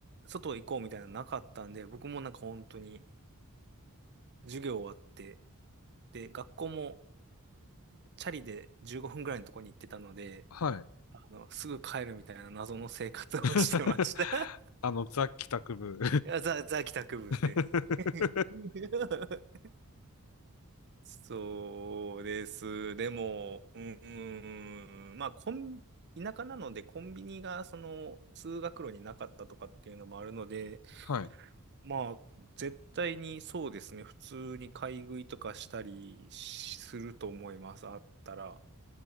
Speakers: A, on the right; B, on the left.
A: 外行こうみたいなのなかったんで、僕もなんか本当に授業終わって、で、学校もチャリで15分ぐらいのとこに行ってたので、
B: はい。
A: あの、すぐ帰るみたいな謎の生活をしてました。
B: <laughs>
A: <laughs>
B: あの、ザ・帰宅部。
A: いやザ、ザ帰宅部って。
B: <laughs>
A: <laughs> そうです。でも、うん、うんうんまあ、コン、田舎なのでコンビニがその通学路になかったとかっていうのもあるので、
B: はい。
A: まあ、絶対にそうですね。普通に買い食いとかしたりしすると思います。あったら。